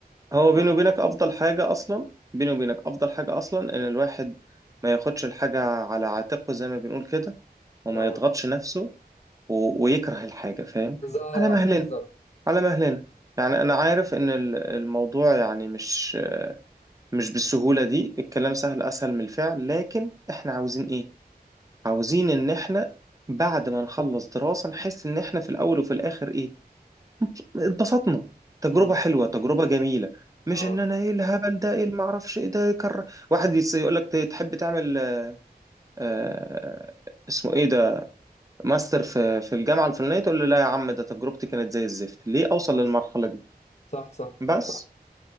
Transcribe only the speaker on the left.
اه
اه
بالظبط
بالظبط
مم.
اه
اه
صح صح
صح